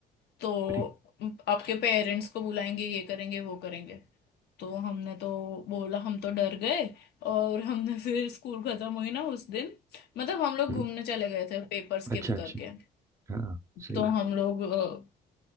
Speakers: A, on the left (about 70°); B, on the right (about 15°).
A: तो
B: प्री
A: आपके पेरेंट्स को बुलाएंगे ये करेंगे वो करेंगे तो हमने तो बोला हम तो डर गए और हमने <laughs> फिर स्कूल खत्म हुई ना उस दिन मतलब हम लोग
B: हम्म
A: घूमने चले गए थे पेपर स्किप
B: अच्छा अच्छा
A: करके
B: हाँ सही
A: तो
B: है
A: हम लोग अ,